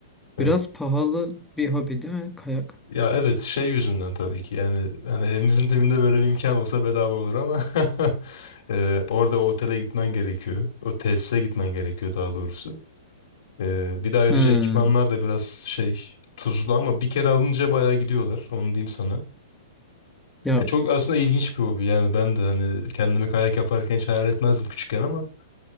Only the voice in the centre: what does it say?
biraz pahalı bir hobi değil mi kayak?
He,
ya